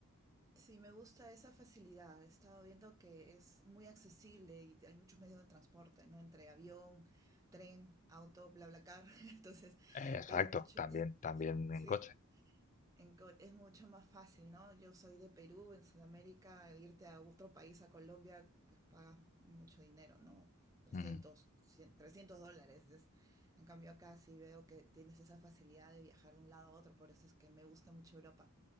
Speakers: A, on the right (about 15°); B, on the left (about 35°).
A: Sí, me gusta esa facilidad. He estado viendo que es muy accesible y hay muchos medios de transporte, ¿no? Entre avión, tren, auto, BlaBlaCar. <laughs> Entonces,
B: Eh, exacto,
A: es mucho,
B: también,
A: es-
B: también
A: sí,
B: en coche.
A: en co- es mucho más fácil, ¿no? Yo soy de Perú, en Sudamérica, irte a otro país, a Colombia, pues pagas mucho dinero, ¿no? Trescientos,
B: Ujú.
A: 100, 300 dólares. es- en cambio, acá sí veo que tienes esa facilidad de viajar de un lado a otro, por eso es que me gusta mucho Europa.